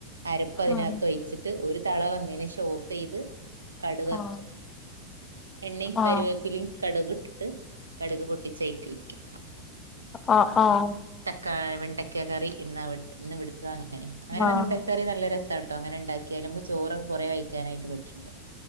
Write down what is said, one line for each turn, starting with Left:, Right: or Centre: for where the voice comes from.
Right: അരപ്പ് അതിനകത്ത്
Left: ആഹ്
Right: ഒഴിച്ചിട്ട് ഒരു തള വന്നേന് ശേഷം ഓഫ്‌ ചെയ്ത് കടുവർക്കാ
Left: ആഹ്
Right: എണ്ണയും കരുവേപ്പിലയും
Left: ആഹ്
Right: കടക് ഇട്ടിട്ട് കടുക് പൊട്ടിച്ചയ്ക്ക് ഒഴിക്കാ.
Left: ആഹ് ആഹ്
Right: ഏഹ് വെണ്ട ക്കാ കറി ഇന്ന് ഇന്ന് വിടുത്തദാന് ഏ അങ്ങനെ
Left: ആഹ് ആഹ്
Right: വെണ്ടക്കക്കറി നല്ല രസ് സാട്ടോ അങ്ങനെ ഇണ്ടാക്കിയാല് നമുക്ക് ചോറൊക്കെ കൊറേ കഴിക്കാനായിട്ട് പറ്റ്ണ്ട്.